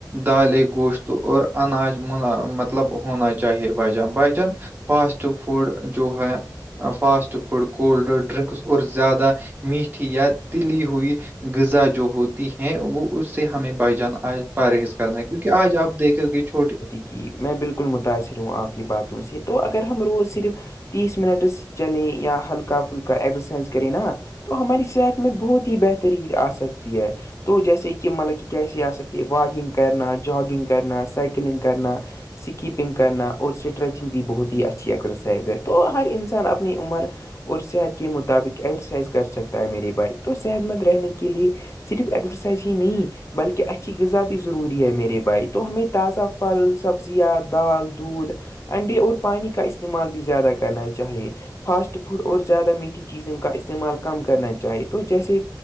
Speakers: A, on the right; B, on the left.
A: دالے گوشت اور اناج منا مطلب ہونا چاہیے بجان بجان فاسٹ فوڈ جو ہے فاسٹ فوڈ کوولڈ ڈرنکس اور زیادہ میٹھی یا تلی ہوئی غذا جو ہو ہیں وہ اس سے ہمیں بائی جان آج پرہز کرنا ہے کیونکہ آج آپ دیکھیں گے چھٹی
B: کہ میں بالکل متاثر ہوں آپ کی باتوں سے تو اگر ہم روز صرف تیس منٹس چلے یا ہلکا پھلکا اگزرسائز کرے نا تو ہماری صحت میں بہت ہی بہتری آ سکتی ہے تو جیسے کہ مطلب کہ کی س یہ سک یہ واکنگ کرنا جاگنگ کرنا سائیکلنگ کرنا سکیپنگ کرنا اور اسٹریچنگ بھی بہت ہی اچھی ایکسرسائز ہے تو ہر انسان اپنی عمر اور صحت کے مطابق ایکسرسائز کر سکتا ہے میری بائک تو صحت مند رہنے کے لیے صرف ایکسرسائز ہی نہیں بلکہ اچھی غذا بھی ضروری ہے میرے بھائی تو ہمیں تازہ پھل سبزیاں دال دودھ انڈے اور پانی کا استعمال بھی زیادہ کرنا چاہیے فاسٹ فوڈ اور زیادہ میٹھی چیزوں کا استعمال کم کرنا چاہیے تو جیسے